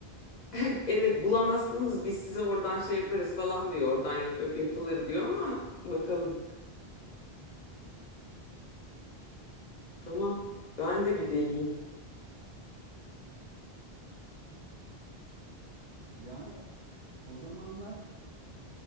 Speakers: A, on the left; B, on the right.
A: <laughs> Evet bulamazsanız biz sizi oradan şey yaparız falan diyor. Oradan yap- yapılır diyor ama bakalım. Tamam. Ben de bir deneyeyim.
B: yani o zamanlar